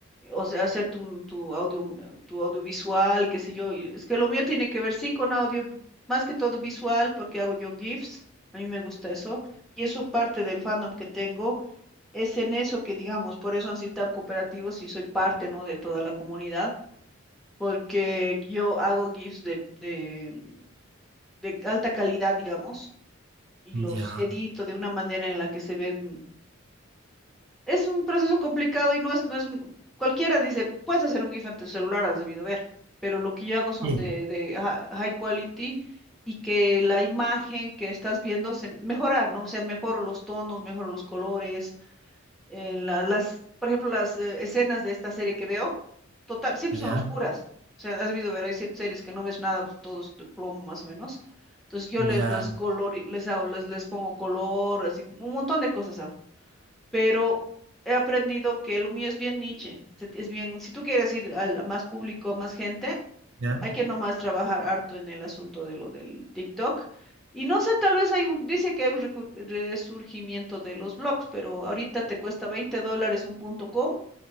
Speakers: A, in the centre; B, on the right (about 60°).
A: o sea, hacer tu, tu audio, tu audiovisual, qué sé yo. y Es que lo mío tiene que ver, sí, con audio, más que todo visual, porque hago yo GIFs, a mí me gusta eso, y eso parte del fandom que tengo, es en eso que, digamos, por eso han sido tan cooperativos y soy parte, ¿no?, de toda la comunidad, porque yo hago GIFs de, de, de alta calidad, digamos, y
B: Ujú,
A: los
B: Ya.
A: edito de una manera en la que se ven Es un proceso complicado y no es, no es un, cualquiera dice, puedes hacer un GIF en tu celular, has debido ver, pero lo que yo hago son
B: Bien.
A: de, de hi- high quality y que la imagen que estás viendo se mejorar, ¿no? O sea, mejoro los tonos, mejoro los colores, eh, la- las, por ejemplo, las eh, escenas de esta serie que veo, total, siempre
B: Ya,
A: son oscuras. O sea, has debido ver, hay ciertas series que no ves nada, pues todo es de plomo más o menos. Entonces yo
B: ya,
A: les, los color, les hago, les, les pongo color, así, un montón de cosas hago pero he aprendido que lo mío es bien niche, se- es bien, si tú quieres ir al- a más público, a más gente,
B: ya.
A: hay que nomás trabajar harto en el asunto de lo del TikTok. Y no sé, tal vez hay un, dice que hay un reju- resurgimiento de los blogs, pero ahorita te cuesta 20 dólares un punto com